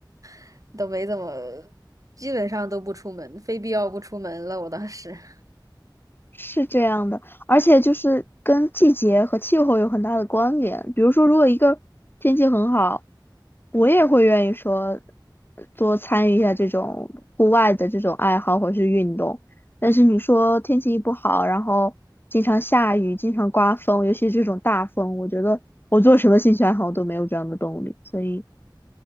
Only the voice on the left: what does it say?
是这样的，而且就是跟季节和气候有很大的关联。比如说，如果一个天气很好，我也会愿意说多参与一下这种户外的这种爱好或是运动。但是你说天气一不好，然后经常下雨、经常刮风，尤其是这种大风，我觉得我做什么兴趣爱好都没有这样的动力。所以